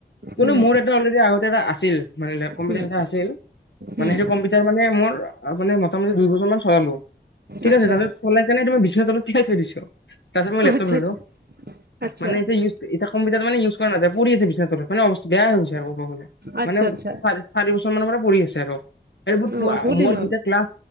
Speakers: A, on the left; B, on the right.
A: কিন্তু
B: উম
A: মোৰ এটা অলৰেদি আগতে এটা আছিল মানে লেপ কম্পিউটাৰ
B: উম
A: এটা আছিল। মানে
B: উম
A: সেইটো কম্পিউটাৰ মানে মোৰ মানে মোটামুটি দুই বছৰ মান চলালো। ঠিক
B: আচ্ছা
A: আছে। চলাইকিনে তুমি বিছনাৰ তলত ঠিকাই থৈ দিছ। তাৰপাছত মই লেপটপ
B: আচ্ছা
A: ললো।
B: আচ্ছা আচ্ছা
A: মানে এতিয়া ইউজ এটা কম্পিউটাৰ মানে ইউজ কৰা নাযায় পৰি আছে <unintelligible> বেয়া হৈ গৈছে আৰু ক'ব গলে
B: আচ্ছা
A: মানে
B: আচ্ছা
A: চ চাৰি বছৰ ৰ পৰি আছে আৰু
B: অ বহুত
A: ম
B: দিন হ'ল
A: যেতিয়া ক্লাছ